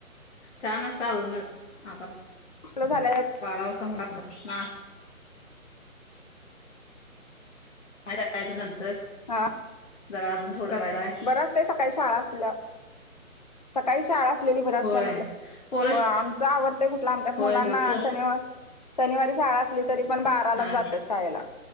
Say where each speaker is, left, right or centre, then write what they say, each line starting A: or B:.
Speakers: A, on the left; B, on the left.
A: छान असाूनच आता
B: चुलं झालंय
A: बारा वाजता मु मा राहायच्या नंतर
B: हा
A: जरा अजून थोडं राहायचंय
B: बरं असतय सकाळी श आळा असल्या सकाळी शाळा असलेली बर असल्या
A: होय
B: मलं
A: पोरस
B: हो आमच आवडतंय कुठलं आमच्या मुलांना
A: होय होय पो
B: शनिवार शनिवारी शाळा असली तरी पण बारालाच
A: हा
B: जात्या शाळेला